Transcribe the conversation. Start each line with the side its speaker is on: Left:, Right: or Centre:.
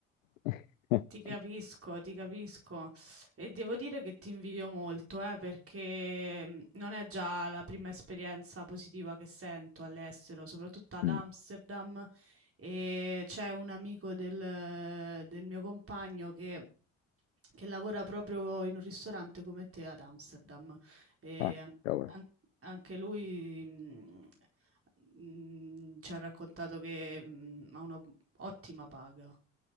Left: <laughs>
Right: Ti capisco, ti capisco e devo dire che ti invidio molto, eh, perché mm, non è già la prima esperienza positiva che sento all'estero, soprattutto ad
Left: Mm.
Right: Amsterdam e c'è un amico del, del mio compagno che, che lavora proprio in un ristorante come te ad Amsterdam e
Left: Ah,
Right: an-
Left: cavolo.
Right: an- anche lui mm, mm, ci ha raccontato che mm, ha una ottima paga.